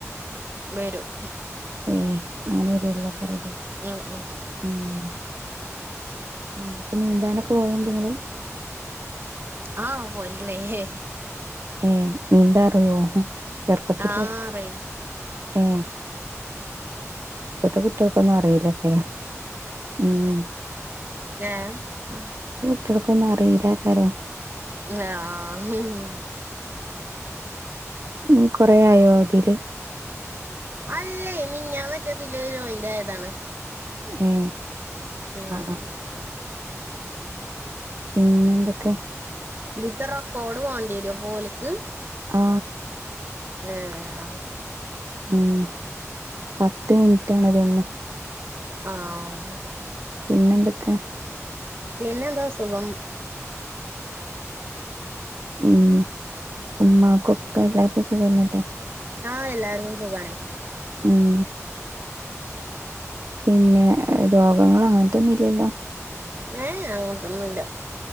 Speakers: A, on the right; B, on the right.
A: ബരും
B: ഏ അങ്ങനെ വെരുള്ളൊക്കരല്ലേ
A: ഉം ഉം
B: ഉം ഉ അപ്പൊ നീന്താനൊക്കെ പോവേണ്ടങ്ങള്
A: ആഹ് പോവലണ്ട് ഹേ
B: ഏ നീന്താറിയോ ചെറുപ്പത്തില്
A: ആറേ
B: പഠിച്ചതാ ഏ ഇപ്പത്തെ കുട്ടികൾക്കൊന്നും അറിലലേ ഉം
A: <unintelligible>
B: കുട്ടിയൾക്കൊന്നും അറിയില്ലകാരം
A: ആഹ
B: ഉ കൊറ ആയോ ഇതില്
A: അല്ലേ മിഞ്ഞാൻ മറ്റേതില് ജോയിന്റ ആയതാണ്
B: ഏ
A: ഉം
B: അ ആ പിന്നെന്തൊക്കെ
A: ഇതിത്തെ റെക്കോർഡ് വേണ്ടി വരോ അപോൽക്ക്.
B: ആ
A: ഏ ആ
B: ഉം പത്ത് മിനിറ്റ് ആണ് തോന്നണ്
A: ആഹ
B: പിന്നെന്തൊക്കെ
A: പിന്നെന്താ സുഖം.
B: ഉം ഉമ്മക്കക്കെ എല്ലാർക്കും സുഖനെല്ലെ
A: ആഹ എല്ലാർക്കും സുഖണേ
B: ഉം പിന്നെ രോഗങ്ങള് അങ്ങനത്തൊന്നും ഇല്ലല്ലോ
A: ഏഹ അങ്ങനത്തൊന്നുല്ല